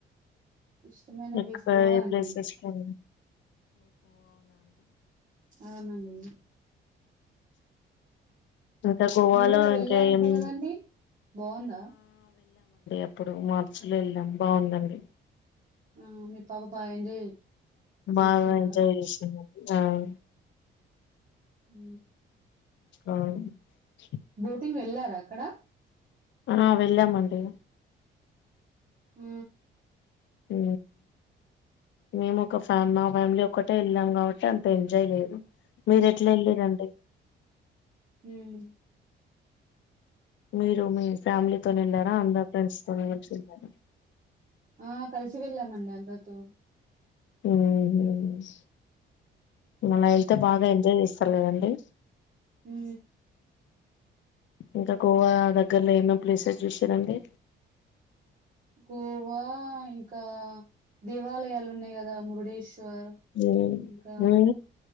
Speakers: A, on the right; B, on the left.
A: ఇష్టమైన ప్లేస్
B: ఎక్కువ
A: గోవా
B: ఏ
A: అండి
B: ప్లేసెస్ ఇష్టపడను.
A: అవునండి
B: ఇంకా గోవాలో
A: మీరు కూడా వెళ్ళారంట
B: ఇంకాం ఎమి,
A: కదండి బాగుందా
B: ఇప్పుడు మార్చ్ లో వెళ్ళాం బాగుందండి.
A: ఆ మీ పాప బాగా ఎంజాయ్
B: బాగా
A: చేసిందా
B: ఎంజాయ్ చేసిందండి.
A: ఉ
B: అ <unintelligible>
A: బోటింగ్ వెళ్ళారా అక్కడ,
B: అనా వెళ్ళామండి.
A: ఉ
B: ఉ మేము ఒక ఫ్యా మా ఫ్యామిలీ ఒకక్కటే వెళ్ళాం కాబట్టి అంత ఎంజాయ్ లేదు. మీరు ఎట్లా వెళ్ళరండి.
A: ఉం
B: మీరు మీ ఫ్యామిలీతోో వెళ్ళారా అందరు ఫ్రెండ్స్ తోని కలిసి వెళ్ళారా.
A: ఆ కలిసి వెళ్ళామండి అందరితో,
B: హుమ్ మళ వెళ్ల్తే బాగా ఎంజాయ్ చేస్తార్కదండీ.
A: హు
B: ఇంకా గోవా దగ్గరలో ఏమేమి ప్లేసెస్ చూసిరండి.
A: గోవా ఇంకా దేవాలయాలు ఉన్నాయి కదా మురుడేశ్వర్,
B: హు
A: ఇంకా
B: హు